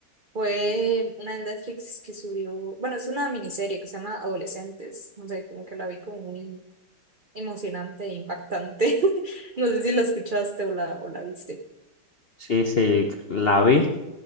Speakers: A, on the right (about 75°); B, on the left (about 85°).
A: fue una de Netflix que subió, bueno, es una miniserie que se llama Adolescentes, no sé, como que la vi como muy emocionante e impactante. <laughs> No sé si la escuchaste o la, o la viste.
B: Sí, sí, la vi